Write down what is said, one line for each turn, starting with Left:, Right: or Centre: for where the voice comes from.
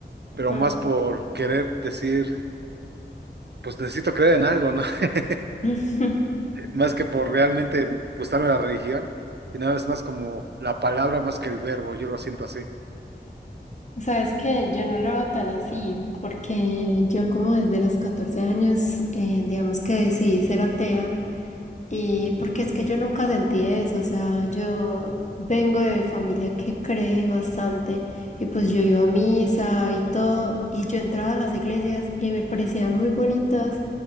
Right: pero
Left: ajá.
Right: más por querer decir, pues necesito creer en algo, ¿no? <laughs>
Left: <laughs>
Right: Más que por realmente gustarme la religión, sino es más como la palabra más que el verbo, yo lo siento así.
Left: Sabes que yo no lo veo tan así, porque yo como desde los 14 años, eh, digamos que decidí ser atea. Y porque es que yo nunca sentí eso, o sea, yo vengo de familia que cree bastante y pues yo iba a misa y todo y yo entraba a las iglesias y me parecían muy bonitas